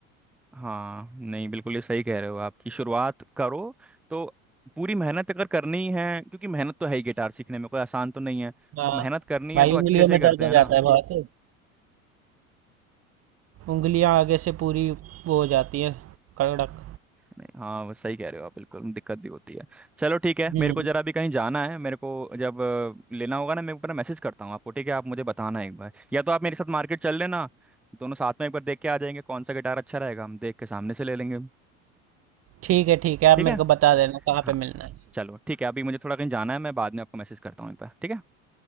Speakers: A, in the centre; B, on the right.
A: हाँ नहीं बिल्कुल ये सही कह रहे हो आपकी शुरुआत करो तो पूरी मेहनत अगर करनी है क्योंकि मेहनत तो है ही गिटार सीखने में कोई आसान तो नहीं है
B: हाँ
A: मेहनत करनी
B: भाई
A: है तो अच्छे
B: उंगलियों
A: से
B: में
A: ही करते
B: दर्द हो
A: हैं
B: जाता
A: ना
B: है बहुत उंगलियां आगे से पूरी वो हो जाती है कड़क
A: नहीं हाँ वो सही कह रहे हो आप बिल्कुल दिक्कत भी होती है चलो ठीक है
B: हम्म
A: मेरे को जरा भी कहीं जाना है मेरे को जब अ, लेना होगा ना मैं ऊपर मैसेज करता हूँ आपको ठीक है आप मुझे बताना एक बार या तो आप मेरे साथ मार्केट चल लेना दोनों साथ में एक बार देख के आ जाएंगे कौन सा गिटार अच्छा रहेगा हम देख के सामने से ले लेंगे
B: ठीक है ठीक है आप
A: ठीक है
B: मेरे को बता देना कहाँ
A: हाँ
B: पे मिलना है
A: चलो ठीक है अभी मुझे थोड़ा कहीं जाना है मैं बाद में आपको मैसेज करता हूँ एक बार ठीक है